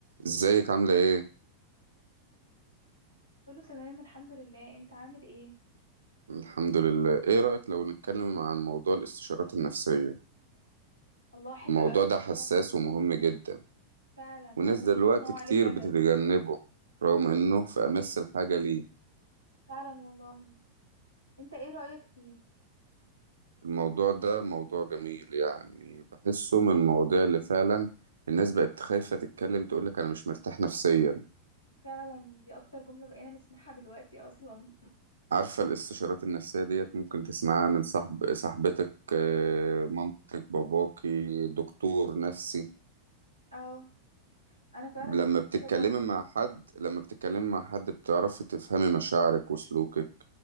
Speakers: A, on the right; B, on the left.
A: ازيك عاملة ايه؟
B: كله تمام الحمد لله انت عامل ايه
A: الحمد لله ايه رأيك لو نتكلم عن موضوع الاستشارات النفسية
B: الله حلو
A: الموضوع
B: قوي الموضوع
A: ده حساس
B: ده
A: ومهم جدا
B: فعلا انا
A: وناس
B: بحس
A: دلوقتي
B: ان هو عليه
A: كتير
B: جدل
A: بتتجنبه رغم انه في امس الحاجة ليه
B: فعلا والله انت ايه رأيك فيه
A: الموضوع ده موضوع جميل يعني بحسه من المواضيع اللي فعلا الناس بقت خايفة تتكلم تقولك انا مش مرتاح نفسيا
B: فعلا دي اكتر جملة بقينا نسمعها دلوقتي اصلا
A: عارفة الاستشارات النفسية ديت ممكن تسمعها من صاحب صاحبتك آه، مامتك باباكي دكتور نفسي
B: <laughs> اه انا فعلا
A: لما
B: بشوف
A: بتتكلمي
B: كده برضو
A: مع حد لما بتتكلمي مع حد بتعرفي تفهمي مشاعرك وسلوكك